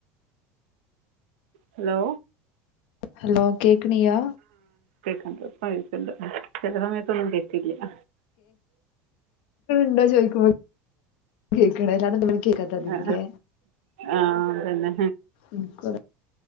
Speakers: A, on the right (about 65°); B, on the left (about 60°).
A: ഹലോ
B: ഹലോ കേക്കണിയാ
A: അത് ഇപ്പം കേക്ണ്ട് ചില സമയത്തൊന്നും കെക്കില്ല.
B: ണ്ടോന്ന് ചോദിക്കുമ്പോ കേക്കണ് അല്ലാ <unintelligible> കേക്കാത്തതിമല്ലേ
A: ആ ആ അതന്നെ
B: ഇന്ക്കും അതാ